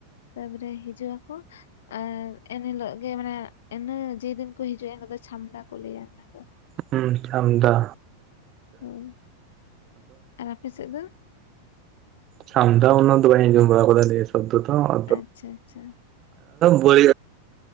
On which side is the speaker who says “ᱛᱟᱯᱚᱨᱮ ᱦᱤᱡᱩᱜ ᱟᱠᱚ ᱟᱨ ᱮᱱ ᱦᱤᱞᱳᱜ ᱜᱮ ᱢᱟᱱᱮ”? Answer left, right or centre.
Left